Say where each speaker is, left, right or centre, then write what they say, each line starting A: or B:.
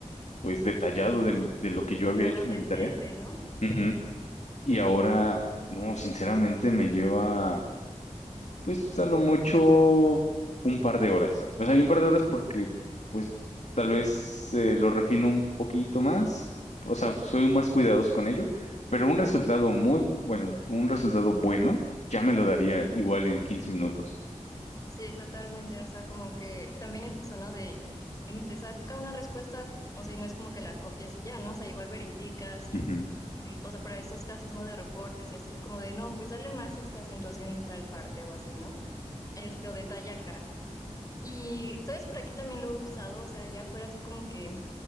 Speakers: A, on the left; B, on the left.
A: pues detallado de, de lo que
B: Sí,
A: yo
B: claro,
A: había hecho
B: decente,
A: de mi tarea.
B: ¿no?
A: Ujú. Y ahora, no, sinceramente me lleva... Pues a lo mucho un par de horas. O sea, un par de horas porque, pues, tal vez eh, lo refino un poquito más. O sea, soy más cuidadoso con ello. Pero un resultado muy bu- bueno, un resultado bueno, ya me lo daría igual en quince minutos.
B: Sí, totalmente. O sea, como que también es eso, ¿no? De mm, te saca una respuesta, o sea, y no es como que la copias y ya, ¿no? O sea, igual verificas y,
A: Ujú,
B: y o sea, para estos casos, ¿no? De reportes y así, como de, no, pues darle más esta acentuación en tal parte o así, ¿no? este, o de talla acá. Y, ¿sabes? Por aquí también lo he usado, o sea, ya fuera así como que,